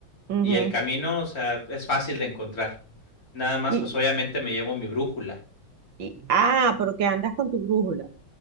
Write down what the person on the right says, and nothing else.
ujú.
Y,
y, ah, pero que andas con tu brújula.